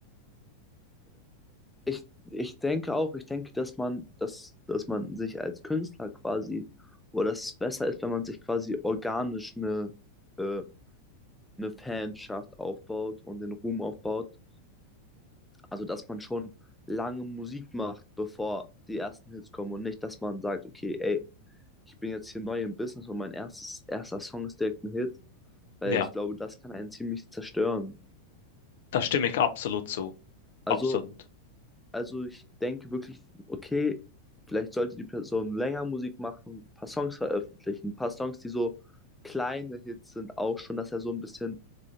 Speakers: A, in the centre; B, on the left.
A: Ich, ich denke auch, ich denke, dass man, dass, dass man sich als Künstler quasi, oder dass es besser ist, wenn man sich quasi organisch eine, äh, eine Fanschaft aufbaut und den Ruhm aufbaut. Also, dass man schon lange Musik macht, bevor die ersten Hits kommen und nicht, dass man sagt, okay, ey, ich bin jetzt hier neu im Business und mein erstes, erster Song ist direkt ein Hit, weil
B: Ja,
A: ich glaube, das kann einen ziemlich zerstören.
B: da stimme ich absolut zu.
A: Also,
B: Absolut.
A: Also ich denke wirklich, okay, vielleicht sollte die Person länger Musik machen, ein paar Songs veröffentlichen, ein paar Songs, die so kleine Hits sind, auch schon, dass er so ein bisschen